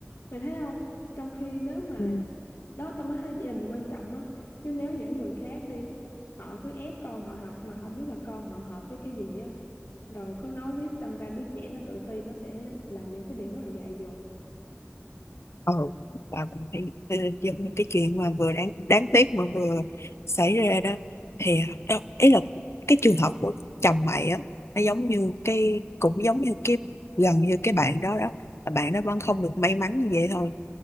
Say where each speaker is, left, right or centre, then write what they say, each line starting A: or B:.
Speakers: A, on the left; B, on the left.
A: mày thấy không trong khi nếu mà
B: ừ.
A: đó tao mới thấy gia đình quan trọng á chứ nếu những người khác đi họ cứ ép con họ học mà không biết là con họ hợp với cái gì á rồi cứ nói riết đâm ra đứa trẻ nó tự ti nó sẽ làm những cái điều rất là dại dột
B: ừ tao cũng thấy ờ, giống như cái chuyện mà vừa đáng đáng tiếc mà vừa xảy ra đó thì đâu ý là cái trường hợp của chồng mày á nó giống như cái cũng giống như cái gần như cái bạn đó đó Là bạn đó vẫn không được may mắn như vậy thôi